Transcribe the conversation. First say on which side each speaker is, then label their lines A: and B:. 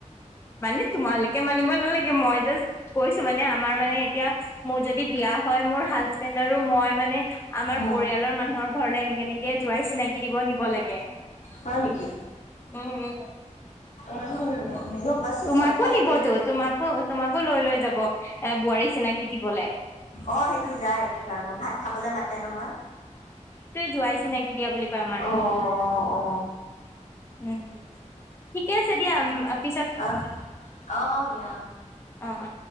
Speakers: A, on the left; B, on the left.
A: মানে তোমালোকে মানিব নালাগে মই জাচট কৈছো মানে আমাৰ মানে এতিয়া মোৰ যদি বিয়া হয় মোৰ হাজবেণ্ড আৰু মই মানে আমাৰ
B: অ
A: পৰিয়ালৰ মানুহৰ ঘৰলে এনেকে এনেকে জোঁৱাই চিনাকি দিব নিব লাগে।
B: হয় নেকি।
A: উম উম।
B: <unintelligible> বছে
A: তোমাকো
B: চব ফালে
A: নিবতো
B: বেলেগ বেলেগ
A: তোমাকো তোমাকো লৈ লৈ যাব এ বোৱাৰী চিনাকি দিবলে।
B: অ সেইটো যায় সটো জান ভাত খাবলে মাতে নহয়।
A: জোঁৱাই চিনাকি দিয়া বুলি কয় আমাৰ।
B: অ, ' অ, ' অ।
A: উম, ঠিকে আছে দিয়া আ
B: আহ, আহ, আহ দিয়া
A: অ অ।